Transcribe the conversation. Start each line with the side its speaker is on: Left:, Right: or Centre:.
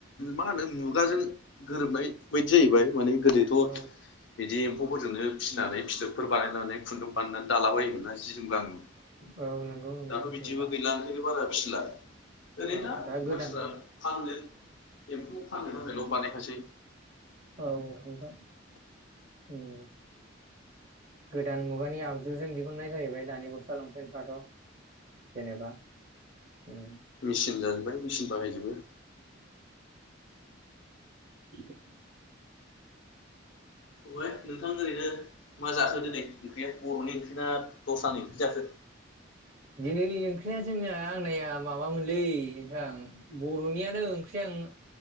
Left: मा होनो मुगाजों गोरोबनाय बायदि जाहैबाय माने। गोदोथ
Right: औ
Left: बिदि एम्फौफोरजोंनो फिनानै फिथोबफोर बानायनानै खुन्दुं बानायनानै दालाबायायोमोना जि जोम गानोमोन
Right: औ औ नंगौ। नंगौ
Left: दाथ बिदिबो
Right: नोंथां
Left: गैला ओंखायनो बारा फिसिला ओरै
Right: औ
Left: दा
Right: गोदान
Left: मानसिफ्रा फाननो एम्फौ फानो थाखायल बानाय खासै
Right: औ ओमफ्राय ओम गोदान मुगानि आग जों जों दिहुननाय जाहैबाय दानि गस्ला लंपेन दाथ जेनेबा उम
Left: मेसिन जाजोब्बाय मेसिन बाहाय जोब बो
Right: <inaudible>
Left: अहाय नोंथां ओरैनो मा जाखो दिनै ओंख्रिया बर'नि ओंख्रिना दसानैजाखो?
Right: दिनै ओंख्रिया जोंना आंनाया माबामोनलै नोंथां बर'नियानो ओंख्रि आ